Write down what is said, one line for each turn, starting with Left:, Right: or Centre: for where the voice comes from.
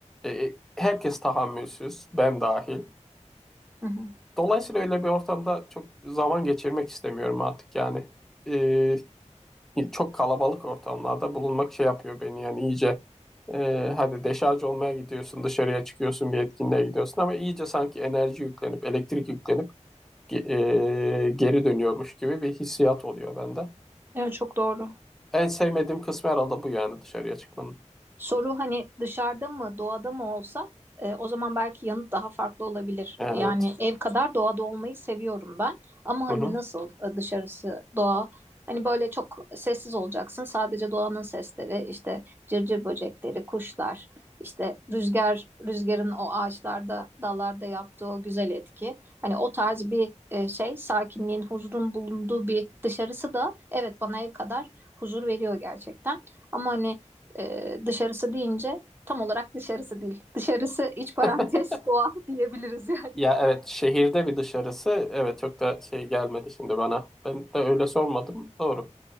Centre: Ee, herkes tahammülsüz, ben dahil.
Right: hı hı.
Centre: Dolayısıyla öyle bir ortamda çok zaman geçirmek istemiyorum artık yani. Ee, çok kalabalık ortamlarda bulunmak şey yapıyor beni yani iyice e, hadi deşarj olmaya gidiyorsun, dışarıya çıkıyorsun, bir etkinliğe gidiyorsun ama iyice sanki enerji yüklenip, elektrik yüklenip ge- e, geri dönüyormuş gibi bir hissiyat oluyor bende.
Right: Evet çok doğru.
Centre: En sevmediğim kısmı herhalde bu yani dışarıya çıkmanın.
Right: Soru hani dışarıda mı, doğada mı olsa e, o zaman belki yanıt daha farklı olabilir.
Centre: Evet.
Right: Yani ev kadar doğada olmayı seviyorum ben. Ama hani
Centre: Hı hı.
Right: nasıl e, dışarısı doğa? Hani böyle çok sessiz olacaksın. Sadece doğanın sesleri, işte cırcır böcekleri, kuşlar, işte rüzgar, rüzgarın o ağaçlarda, dallarda yaptığı o güzel etki. Hani o tarz bir e, şey, sakinliğin, huzurun bulunduğu bir dışarısı da evet bana ev kadar huzur veriyor gerçekten. Ama hani e, dışarısı deyince tam olarak dışarısı değil. Dışarısı iç parantez
Centre: <laughs>
Right: <laughs> doğa diyebiliriz yani.
Centre: Ya evet şehirde bir dışarısı evet çok da şey gelmedi şimdi bana. Ben de öyle sormadım. Doğru.